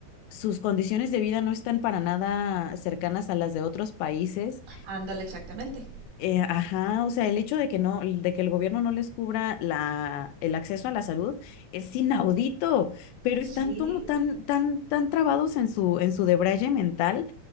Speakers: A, on the left (about 80°); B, on the right (about 60°).
A: sus condiciones de vida no están para nada cercanas a las de otros países.
B: Ándale, exactamente.
A: Eh, ajá, o sea, el hecho de que no, de que el gobierno no les cubra la, el acceso a la salud es inaudito, pero
B: Sí,
A: están como tan, tan, tan trabados en su, en su debraye mental